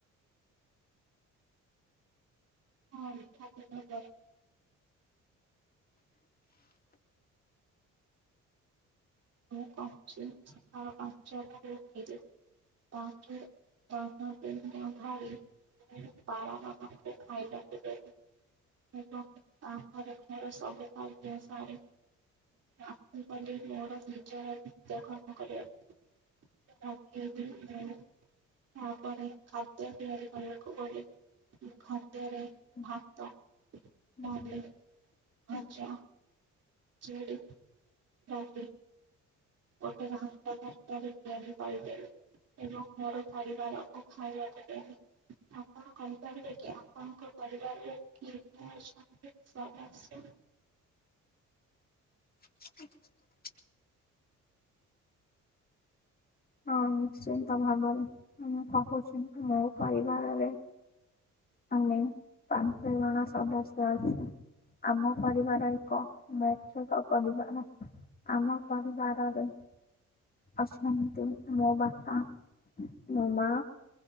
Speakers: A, on the right; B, on the left.
A: ହଁ <unintelligible> ମୁଁ କରୁଛି। <unintelligible> <unintelligible> ପାରା ମାନଙ୍କୁ ଖାଇବାକୁ ଦେବି। ହେବ ତାପରେ ମୋର ସବୁ କାର୍ଯ୍ୟ ସାରି ଆସି ଗଲି ମୋର ନିଜର ନିତ୍ୟ କର୍ମ କରିବାକୁ <unintelligible> ତାପରେ ଖାଦ୍ୟ ତିଆରି କରିବାକୁ ଗଲେ ଖାଦ୍ୟରେ
B: <inaudible>
A: ଭାତ ଡାଲି ଭଜା <unintelligible> ଡାଲି ଗୋଟେ ଘାଣ୍ଟ ତରକାରୀ ତିଆରି କରିଦେଲି ଏବଂ ମୋର ପରିବାର ଖାଇବାକୁ ଦେଲି। ଆପଣ କହିପାରିବେକି ଆପଣଙ୍କ ପରିବାରରେ କିଏ କିଏ ଅଛନ୍ତି ସଦସ୍ୟ
B: <inaudible> ହଁ ନିଶ୍ଚିନ୍ତ ଭାବରେ ମୁଁକହୁଛି ମୋ ପରିବାରରେ ଆମେ ପାଞ୍ଚ ଜଣ ସଦସ୍ୟ ଅଛୁ। ଆମ ପରିବାର ଏକ ମ୍ୟାଚକ୍ ପରିବାର। ଆମ ପରିବାରରେ ଅଛନ୍ତି। <unintelligible> ମୋ ବାପା ମୋ ମା